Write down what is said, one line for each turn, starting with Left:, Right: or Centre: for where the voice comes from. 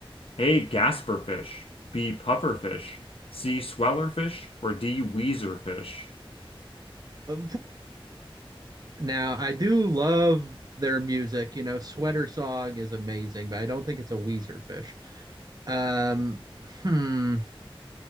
Left: A. Gasper fish, B. Puffer fish, C. Sweller fish, or D. Weezer fish?
Right: Uh, Now, I do love their music. You know, Sweater Song is amazing, but I don't think it's a Weezer fish. Um, hmm.